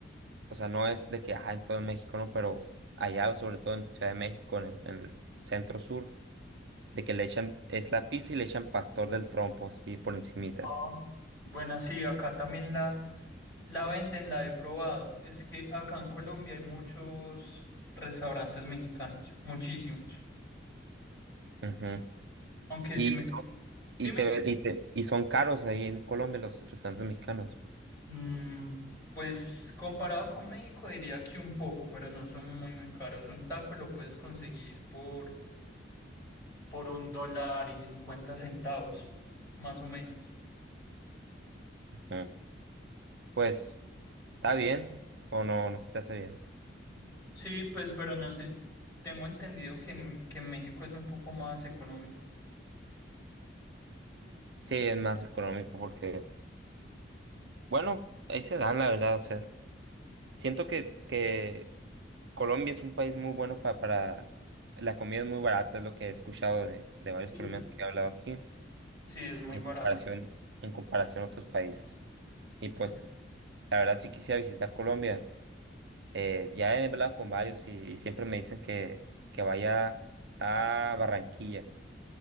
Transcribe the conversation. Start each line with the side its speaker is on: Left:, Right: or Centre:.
Right: o sea, no es de que, ah, en todo México, no, pero allá, sobre todo en Ciudad de México, en, el- en el centro sur, de que le echan, es la pizza y le echan pastor del trompo, así por encimita.
Left: Ah, Bueno, sí, acá también la... La venden, la he probado. Es que acá en Colombia hay muchos restaurantes mexicanos, muchísimos.
Right: Ujú.
Left: Aunque
Right: Y
Left: si me...
Right: son, y
Left: Dime,
Right: te, y te- y son caros ahí en Colombia los restaurantes mexicanos.
Left: mm, pues comparado con México diría que un poco, pero no son muy, muy caros. Un taco lo puedes conseguir por, por un dólar y cincuenta centavos, más o menos.
Right: Ujú. Pues ¿Está bien o no, no se te hace bien?
Left: Sí, pues, pero no sé, tengo entendido que, en- que en México es un poco más económico.
Right: Sí, es más económico porque, bueno, ahí se dan, la verdad, o sea, siento que, que Colombia es un país muy bueno pa- para, la comida es muy barata, es lo que he escuchado de, de varios
Left: Sí.
Right: colombianos que he hablado aquí,
Left: Sí, es muy
Right: en
Left: barata.
Right: comparación, en comparación a otros países. Y pues,
Left: Sí.
Right: la verdad sí quisiera visitar Colombia, Eh, ya he hablado con varios y, y siempre me dicen que, que vaya a Barranquilla.